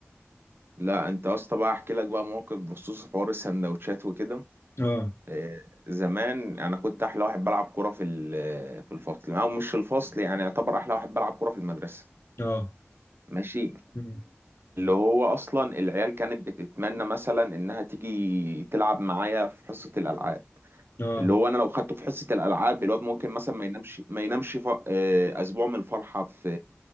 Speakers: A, on the right; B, on the left.
A: لا انت يا اسطى بقى احكي لك بقى موقف بخصوص حوار السندوتشات وكده
B: اه
A: آه، زمان انا كنت احلى واحد بلعب كوره في ال- في الفصل او مش في الفصل يعني يعتبر احلى واحد بلعب كوره في المدرسه
B: اه
A: ماشي
B: مم.
A: اللي هو اصلا العيال كانت بتتمنى مثلا انها تيجي تلعب معايا في حصه الالعاب
B: اه
A: اللي هو انا لو خدته في حصه الالعاب الواد ممكن مثلا ما ينامش ما ينامش ف... آه، اسبوع من الفرحه في